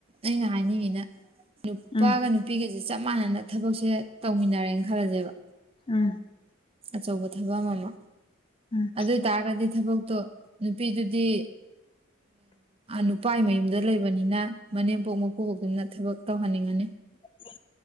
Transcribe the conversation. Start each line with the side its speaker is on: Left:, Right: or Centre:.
Right: ꯑꯩꯅ ꯍꯥꯏꯅꯤꯡꯉꯤꯅ ꯅꯨꯄꯥꯒ
Left: ꯎꯝ
Right: ꯅꯨꯄꯤ ꯅꯨꯄꯤꯒꯁꯦ ꯆꯞ ꯃꯥꯟꯅꯅ ꯊꯕꯛꯁꯦ ꯇꯧꯃꯤꯟꯅꯔꯦꯅ ꯈꯜꯂꯁꯦꯕ
Left: ꯎꯝ
Right: ꯑꯆꯧꯕ ꯊꯕꯛ ꯑꯃ ꯃꯝ
Left: ꯎꯝ
Right: ꯑꯗꯨ ꯑꯣꯏꯇꯥꯔꯒꯗꯤ ꯊꯕꯛꯇꯣ ꯅꯨꯄꯤꯗꯨꯗꯤ ꯅꯨꯄꯥꯒꯤ ꯃꯌꯨꯝꯗ ꯂꯩꯕꯅꯤꯅ ꯃꯅꯦꯝꯄꯣꯛ ꯃꯄꯨꯕꯣꯛꯇꯨꯅ ꯊꯕꯛ ꯇꯧꯍꯟꯅꯤꯡꯉꯅꯤ
Left: <inaudible>